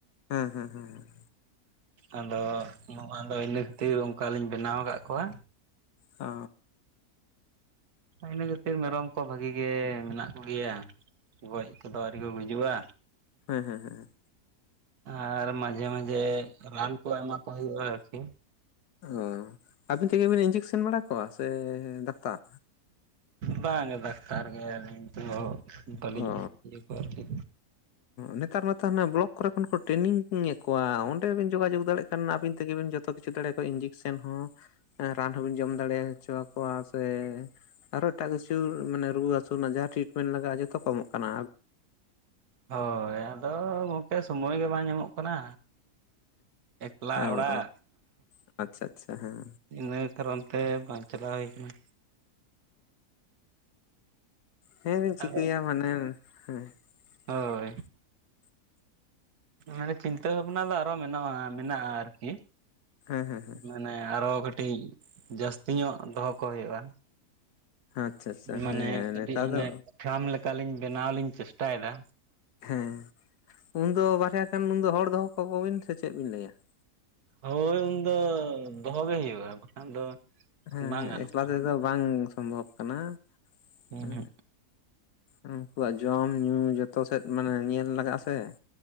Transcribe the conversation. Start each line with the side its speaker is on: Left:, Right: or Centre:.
Left: ᱦᱮᱸ, ᱦᱮᱸ, ᱦᱮᱸ,
Right: ᱟᱫᱚ ᱱᱚᱣᱟ ᱫᱚ ᱤᱱᱟᱹ ᱠᱷᱟᱹᱛᱤᱨ ᱚᱱᱠᱟᱞᱤᱧ ᱵᱮᱱᱟᱣ ᱟᱠᱟᱫ ᱠᱚᱣᱟ
Left: ᱚ
Right: ᱤᱱᱟᱹ ᱠᱷᱟᱹᱛᱤᱨ ᱢᱮᱨᱚᱢ ᱠᱚ ᱵᱷᱟᱹᱜᱤ ᱜᱮ ᱢᱮᱱᱟᱜ ᱠᱚᱜᱮᱭᱟ, ᱜᱚᱡ ᱠᱚᱫᱚ ᱟᱹᱣᱨᱤ ᱠᱚ ᱜᱩᱡᱩᱜᱼᱟ᱾
Left: ᱦᱳᱭ, ᱦᱳᱭ, ᱦᱳᱭ
Right: ᱟᱨ ᱢᱟᱡᱷᱮ ᱢᱟᱡᱷᱮ ᱨᱟᱱ ᱠᱚ ᱮᱢᱟ ᱠᱚ ᱦᱩᱭᱩᱜᱼᱟ ᱟᱨᱠᱤ᱾
Left: ᱚ ᱟᱹᱵᱤᱱ ᱛᱮᱜᱮ ᱵᱤᱱ ᱤᱧᱡᱮᱠᱥᱮᱱ ᱵᱟᱲᱟ ᱠᱚᱣᱟ ᱥᱮ ᱰᱟᱠᱛᱟᱨ?
Right: ᱵᱟᱝ ᱰᱟᱠᱛᱟᱨ ᱜᱮ ᱟᱹᱞᱤᱧ ᱫᱚ ᱵᱟᱹᱞᱤᱧ
Left: ᱚ
Right: ᱤᱭᱟᱹ ᱠᱚᱣᱟ ᱟᱨᱠᱤ
Left: ᱱᱮᱛᱟᱨ ᱢᱟᱛᱚ ᱦᱟᱱᱟ ᱵᱞᱚᱠ ᱠᱚᱨᱮ ᱠᱷᱚᱱ ᱠᱚ ᱴᱨᱮᱱᱤᱝ-ᱮ ᱠᱚᱣᱟ ᱚᱸᱰᱮ ᱵᱤᱱ ᱡᱳᱜᱟᱡᱳᱜᱽ ᱫᱟᱲᱮᱭᱟᱜ ᱠᱟᱱᱟ ᱟᱹᱵᱤᱱ ᱛᱮᱜᱮᱵᱤᱱ ᱡᱚᱛᱚ ᱡᱚᱛᱚ ᱠᱤᱪᱷᱩ ᱫᱟᱲᱮᱚᱣᱟ ᱤᱧᱡᱮᱠᱥᱮᱱ ᱦᱚᱸ ᱨᱟᱱ ᱦᱚᱸᱵᱤᱱ ᱡᱚᱢ ᱫᱟᱲᱮ ᱦᱚᱪᱚ ᱟᱠᱠᱚᱣᱟ ᱥᱮ ᱟᱨᱚ ᱮᱴᱟᱜ ᱠᱤᱪᱷᱩ ᱢᱟᱱᱮ ᱨᱩᱣᱟᱹ ᱦᱟᱹᱥᱩ ᱨᱮᱱᱟᱜ ᱡᱟᱦᱟᱸ ᱴᱨᱤᱴᱢᱮᱱᱴ ᱞᱟᱜᱟᱜᱼᱟ ᱡᱚᱛᱚ ᱠᱚ ᱮᱢᱚᱜ ᱠᱟᱱᱟ
Right: ᱦᱳᱭ ᱟᱫᱚ ᱜᱚᱢᱠᱮ ᱥᱚᱢᱚᱭ ᱜᱮ ᱵᱟᱝ ᱧᱟᱢᱚᱜ ᱠᱟᱱᱟ ᱮᱠᱞᱟ
Left: ᱚ
Right: ᱚᱲᱟᱜ
Left: ᱟᱪᱪᱷᱟ ᱟᱪᱪᱷᱟ ᱦᱮᱸ
Right: ᱤᱱᱟᱹ ᱠᱟᱨᱚᱱ ᱛᱮ ᱵᱟᱝ ᱪᱟᱞᱟᱣ ᱦᱩᱭ ᱠᱟᱱᱟ᱾
Left: ᱚ ᱦᱮᱸᱵᱱ ᱪᱤᱠᱟᱹᱭᱟ
Right: ᱟᱫᱚ
Left: ᱢᱟᱱᱮ ᱦᱮᱸ᱾ <inaudible>
Right: ᱦᱳᱭ ᱢᱟᱱᱮ ᱪᱤᱱᱛᱟᱹ ᱵᱷᱟᱵᱱᱟ ᱫᱚ ᱟᱨᱚ ᱢᱮᱱᱟᱜᱼᱟ, ᱢᱮᱱᱟᱜᱼᱟ ᱟᱨᱠᱤ ᱾
Left: ᱦᱮᱸ ᱦᱮᱸ ᱦᱮᱸ ᱾
Right: ᱢᱟᱱᱮ ᱟᱨᱦᱚ ᱠᱟᱹᱴᱤᱡ ᱡᱟᱹᱥᱛᱤ ᱧᱚᱜ ᱫᱚᱦᱚ ᱠᱚ ᱦᱩᱭᱩᱜᱼᱟ᱾
Left: ᱟᱪᱪᱷᱟ ᱟᱪᱪᱷᱟ ᱦᱮᱸ
Right: ᱢᱟᱱᱮ ᱠᱟᱹᱴᱤᱡ
Left: ᱱᱮᱛᱟᱨ
Right: ᱦᱟᱱᱮ
Left: ᱫᱚ
Right: ᱯᱷᱨᱟᱢ ᱞᱮᱠᱟᱞᱤᱧ ᱵᱮᱱᱟᱣ ᱞᱤᱧ ᱪᱮᱥᱴᱟᱭᱮᱫᱟ᱾
Left: ᱦᱮᱸ ᱩᱱᱫᱚ ᱵᱟᱨᱭᱟ ᱜᱟᱱ ᱩᱱᱫᱚ ᱦᱚᱲ ᱫᱚᱦᱚ ᱠᱟᱠᱚ ᱵᱤᱱ ᱥᱮ ᱪᱮᱫ ᱵᱤᱱ ᱞᱟᱹᱭᱟ ᱾
Right: ᱦᱳᱭ ᱩᱱᱫᱚ ᱫᱚᱦᱚ ᱜᱮ ᱦᱩᱭᱩᱜᱼᱟ, ᱵᱟᱠᱷᱟᱱ ᱫᱚ
Left: ᱦᱮᱸ
Right: ᱵᱟᱝ
Left: ᱦᱮᱸ
Right: ᱜᱟᱱᱚᱜᱼᱟ
Left: ᱮᱠᱞᱟ ᱛᱮᱫᱚ ᱵᱟᱝ ᱥᱚᱢᱵᱷᱚᱵ ᱠᱟᱱᱟ
Right: ᱦᱩᱸ
Left: ᱦᱮᱸ᱾ ᱩᱱᱠᱩᱣᱟᱜ ᱡᱚᱢ ᱧᱩ ᱡᱚᱛᱚ ᱥᱮᱫ ᱢᱟᱱᱮ ᱧᱮᱞ ᱞᱟᱜᱟᱜ ᱟ ᱥᱮ ᱾